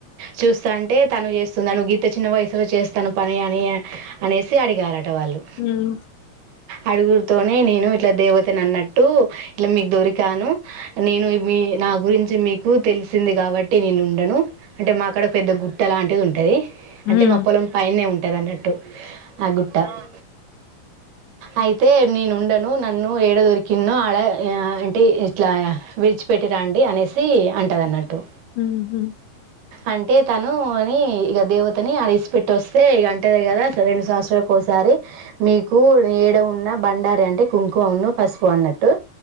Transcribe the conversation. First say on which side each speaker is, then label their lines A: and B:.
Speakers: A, on the right; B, on the left.
A: చూస్తా అంటే తను చేస్తుంది నువ్వు గిత చిన్న వయసులో చేస్తాను పని అని అనేసి అడిగారట ఆటవాళ్ళు
B: హ్మ్.
A: అడుగురితోనే నేను ఇట్లా దేవతని అన్నట్టు ఇట్లా మీకు దొరికాను నేను మీ నా గురించి మీకు తెలిసింది కాబట్టి నేను ఉండను అంటే మాక్కడ ఒక పెద్ద గుట్ట అలాంటిది ఉంటది అంటే
B: హ్మ్.
A: మా పొలం పైనే ఉంట్ ఎట్టే దాన్నట్టు ఆ గుట్ట అ అయితే నేనుండను నన్ను ఏడ దొరికినో అడ అంటే ఇట్లా విడిచిపెట్టి రండి అనేసి అంటది అన్నట్టు
B: హ
A: అంటే తను అని ఇక దేవతని అడసి పెట్టి వస్తే ఇక అంటది కదా రెండు సంవత్సరాలకు ఒకసారి మీ కు ఏడ ఉన్న బండారి అంటే కుంకుమన్న పసుపు అన్నట్టు